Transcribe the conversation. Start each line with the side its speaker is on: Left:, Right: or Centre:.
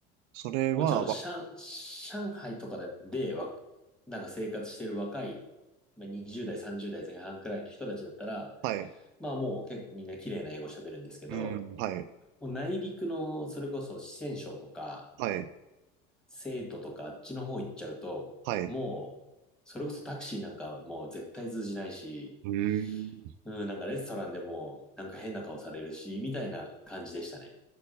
Right: それは、
Centre: もちろん、
Right: わ
Centre: 上、上海とかで、わなんか生活してる若い、まあ20代、30代前半くらいの人たちだったら、
Right: はい、
Centre: まあもう結構みんな綺麗な英語喋るんですけど、
Right: うん。はい、
Centre: もう内陸の、それこそ四川省とか、
Right: はい、
Centre: 成都とかあっちの方行っちゃうと、
Right: はい。
Centre: もう、それこそタクシーなんかはもう絶対通じないし、
Right: うん。
Centre: うん、なんかレストランでも、なんか変な顔されるし、みたいな感じでしたね。